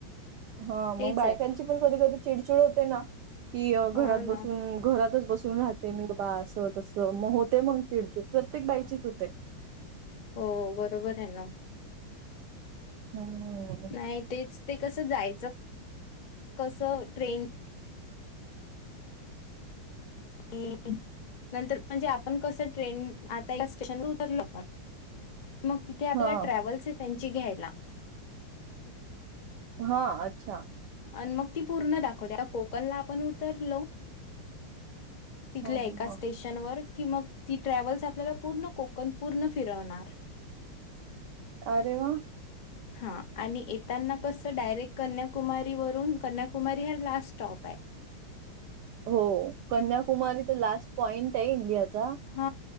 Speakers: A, on the right; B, on the left.
A: हा मग
B: तेच
A: बायकांची
B: आहे
A: पण कधी कधी चिडचिड होते ना. कि घरात
B: हो
A: बसून
B: ना
A: घरातच बसून राहते मी बघ बा असं तसं मग होते मग चिडचिड प्रत्येक बाईचीच होते.
B: हो बरोबर आहे ना.
A: हम्म.
B: नाही तेच ते कसं जायचं कसं ट्रेन <unintelligible> नंतर म्हणजे आपण कसं ट्रेन आता ए स्टेशनवर उतरलो पण मग तिथे आपला
A: हा
B: ट्रॅव्हल्स आहे त्यांची घ्यायला.
A: हा अच्छा!
B: आणि मग ती पूर्ण दाखवत्या कोकणला आपण उतरलो तिथल्या
A: ह
B: एका
A: ह ह
B: स्टेश त्यानं वर मग ती ट्रॅव्हल आपल्या पूर्ण कोकण पूर्ण फिरवणार.
A: अरे वाह!
B: हा आणि येतांना कसं डायरेक्ट कन्याकुमारी वरून कन्याकुमारी हा लास्ट स्टॉप आहे.
A: हो कन्याकुमारी तर लास्ट पॉइंट आहे इंडियाचा.
B: हा